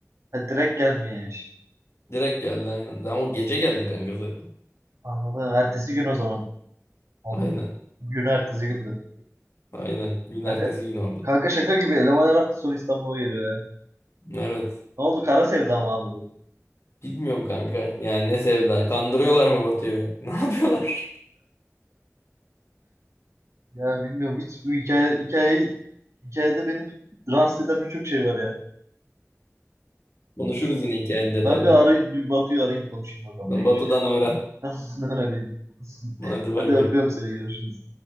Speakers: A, on the right (about 65°); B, on the left (about 60°).
A: Ha, direkt gelmiyor yani
B: Direkt geldi aynen. Ama o gece geldi kanka zaten.
A: Anladım. Ertesi gün o zaman. Onun,
B: Aynen.
A: gün ertesi gündü.
B: Aynen. Gün
A: Kanka,
B: ertesi gün oldu.
A: kanka şaka gibi Elemanlar her hafta sonu İstanbul'a geliyor ya.
B: Evet.
A: Ne oldu kara sevda mı abi bu?
B: Bilmiyorum kanka. Yani ne sevda. Kandırıyorlar mı Batu'yu? <laughs> Ne yapıyorlar?
A: Ya bilmiyorum hiç bu hikaye, hikaye hikayede beni rahatsız eden birçok şey var ya.
B: Konuşuruz yine hikayenin detaylarını.
A: Ben bir arayıp bir Batu'yu arayayım konuşayım bakalım
B: Batu'dan
A: neymiş ya.
B: öğren.
A: <laughs> Tamam, Öğreneyim. <laughs>
B: Hadi bay
A: Hadi öpüyorum
B: bay.
A: seni görüşürüz.